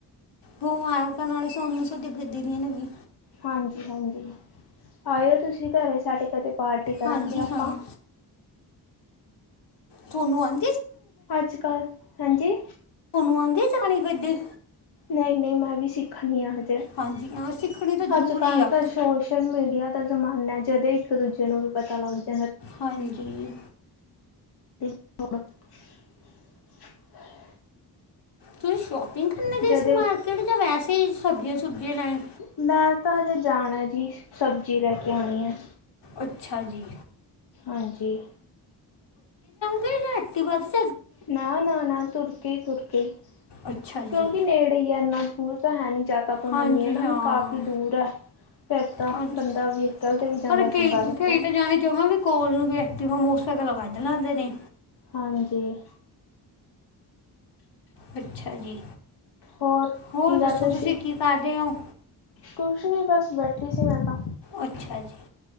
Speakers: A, on the left; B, on the left.
A: ਮੁਬਾਰਕਾ ਤੁਹਾਨੂੰ ਸਾਨੂੰ ਗੱਡੀ ਦੀਆਂ ਨਵੀਂਆ
B: ਹਾਂਜੀ- ਹਾਂਜੀ ਆਇਓ ਤੁਸੀਂ ਘਰੇ ਸਾਡੇ ਕਦੇ ਪਾਰਟੀ ਕਰਾਂਗੇ
A: ਹਾਂਜੀ
B: ਆਪਾਂ।
A: ਹਾਂ ਤੂੰਆਨੂੰ ਆਈ।
B: ਅੱਜ ਕੱਲ ਹਾਂਜੀ।
A: ਤੁਹਾਨੂੰ ਆਉਂਦੀ ਚਲਾਣੀ ਗੱਡੀ।
B: ਨਹੀਂ- ਨਹੀਂ ਮੈਂ ਵੀ ਸਿੱਖਣੀ ਆ ਹਜੇ।
A: ਹਾਂਜੀ ਹਾਂ ਸਿੱਖਣੀ ਤਾਂ ਜ਼ਰੂਰੀ
B: ਅੱਜ ਕੱਲ੍ਹ
A: ਆ
B: ਤਾਂ ਸੋਸ਼ਲ ਮੀਡੀਆ ਦਾ ਜ਼ਮਾਨਾ ਜਾਦਾ ਈ। ਇੱਕ- ਦੂਜੇ ਨੂੰ ਵੀ ਪਤਾ ਲੱਗਦਾ।
A: ਹਾਂਜੀ।
B: <unintelligible>
A: ਤੁਸੀਂ ਸ਼ੋਪਿੰਗ ਕਰਨ ਗਏ
B: ਜਦੇ
A: ਸੀ ਮਾਰਕੀਟ ਜਾਂ ਵੈਸੇ ਹੀ ਸਬਜ਼ੀਆਂ- ਸੁਬਜ਼ੀਆਂ ਲੈਣ।
B: ਮੈਂ ਤਾਂ ਹਜੇ ਜਾਣਾ ਜੀ, ਸਬਜ਼ੀ ਲੈ ਕੇ ਆਉਣੀ ਹੈ।
A: ਅੱਛਾ ਜੀ।
B: ਹਾਂਜੀ।
A: ਵੇ ਰਾਤੀ ਬਸ
B: ਨਾ, ਨਾ, ਨਾ ਤੁਰ ਕੇ ਤੁਰ ਕੇ
A: ਅੱਛਾ ਜੀ
B: ਕਿਉਂਕਿ ਨੇੜੇ ਹੀ ਇਨਾ ਦੂਰ ਤਾਂ ਹੈ ਨੀ ਜਿਆ ਤਾਂ ਆਪਾਂ
A: ਹਾਂਜੀ
B: ਮੰਨੀਏ ਨਾ
A: ਹਾਂ
B: ਵੀ ਕਾਫੀ ਦੂਰ ਹੈ। ਫਿਰ ਤਾਂ
A: ਹਾਂਜੀ
B: ਬੰਦਾ ਵਹੀਕਲ 'ਤੇ ਵੀ ਜਾਂਦਾ
A: ਪਰ
B: ਚੰਗਾ
A: ਕਈ, ਕਈ
B: ਲੱਗਦਾ
A: ਤਾਂ ਜਾਣੇ ਜਾਵਾਂ ਵੀ ਕੋਲ ਨੂੰ ਵੀ ਐਕਟੀਵਾ ਮੋਟਰ ਸਾ ਗਲ ਵੱਧ ਲੈਂਦੇ ਨੇ
B: ਹਾਂਜੀ।
A: ਅੱਛਾ ਜੀ
B: ਹੋਰ
A: ਹੋਰ
B: ਕੀ
A: ਦੱਸੋ
B: ਕਰਦੇ
A: ਤੁਸੀਂ
B: ਸੀ?
A: ਕੀ ਕਾਰ ਰੇ ਓ
B: ਕੁਛ ਨੀ ਬਸ ਬੈਠੀ ਸੀ ਮੈਂ ਤਾਂ
A: ਅੱਛਾ ਜੀ।